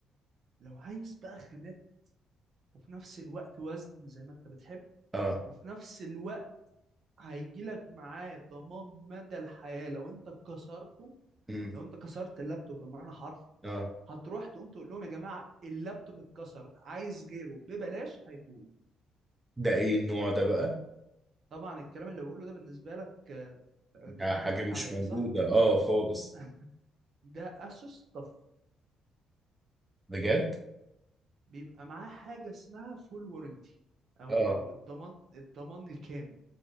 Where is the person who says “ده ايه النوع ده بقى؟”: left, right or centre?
Right